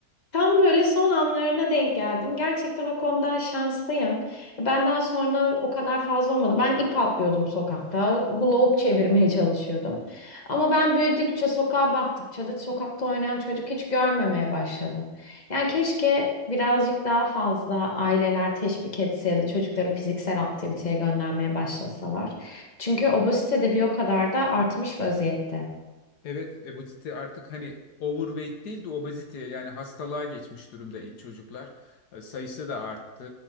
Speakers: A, on the left; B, on the left.
A: Tam böyle son anlarına denk geldim. Gerçekten o konudan şanslıyım. Benden sonra o kadar fazla olmadı. Ben ip atlıyordum sokakta. Hula hoop çevirmeye <laughs> çalışıyordum. Ama ben büyüdükçe, sokağa baktıkça da sokakta oynayan çocuk hiç görmemeye başladım. Yani keşke birazcık daha fazla aileler teşvik etse ya da çocukları fiziksel aktiviteye göndermeye başlasalar. Çünkü obezite de bir o kadar da artmış vaziyette.
B: Evet, obezite artık hani overweight değil de obezite yani hastalığa geçmiş durumda çocuklar. E, Sayısı da arttı.